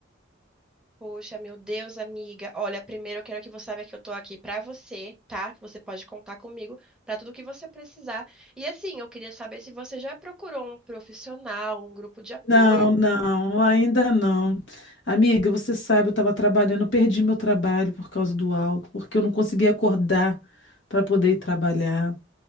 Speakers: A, in the centre; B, on the left.
A: Poxa, meu Deus, amiga. Olha, primeiro eu quero que você saiba que eu tô aqui pra você, tá? Que Você pode contar comigo pra tudo que você precisar. E assim, eu queria saber se você já procurou um profissional, um grupo de apoio
B: Não, não, ainda não. Amiga, você sabe, eu estava trabalhando, eu perdi meu trabalho por causa do álcool, porque eu não conseguia acordar para poder ir trabalhar.